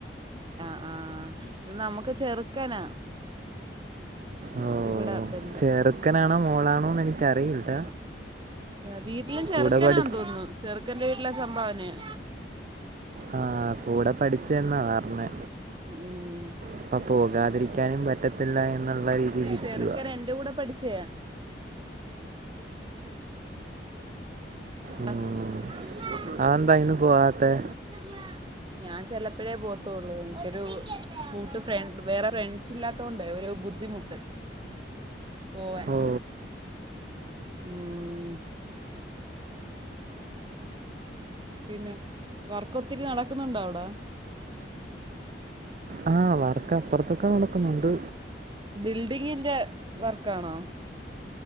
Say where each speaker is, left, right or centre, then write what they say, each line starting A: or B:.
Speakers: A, on the right (about 30°); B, on the right (about 45°).
A: ആഹ് ഇത് നമുക്ക് ചെറുക്കനാ
B: ഓ
A: ഇവിടെ ബന്ധം
B: ചെറുക്കനാണോ മോളാണോന്ന് എനിക്കറിയില്ല
A: വീട്ടിലും ചെറുക്കനാ
B: കൂടെ പഠി
A: തോന്നുന്നു ചെറുക്കൻറെ വീട്ടില സംഭാവന്നെയാ
B: ആ കൂടെ പഠിച്ച എന്നാ പറഞ്ഞേ
A: ഉം
B: അപ്പ പോകാതിരിക്കാനും പറ്റത്തില്ല എന്നുള്ള രീതിയിൽ ഇരിക്കുവ
A: ചെറുക്കൻ <unintelligible>
B: ഉം
A: ആ അമ്മേ
B: അതെന്താ ഇന്ന് പോവാത്തെ
A: എല്ല <unintelligible> ഞാൻ ചെലപ്പഴേ പോവത്തോള്ള് എനിക്കൊരു കൂട്ട് ഫ്രണ്ട വേറെ ഫ്രണ്ട്സ് ഇല്ലാത്ത കൊണ്ടെ ഒരു ബുദ്ധിമുട്ട് പോവാൻ
B: ഓ
A: ഉം പിന്നെ വർക്ക് ഒത്തിരി നടക്കുന്നുണ്ടോ അവിടെ
B: ആഹ് വർക്ക് അപ്പുറത്തൊക്കെ നടക്കുന്നുണ്ട്
A: ബിൽഡിങ്ങിന്റെ വർക്കാണോ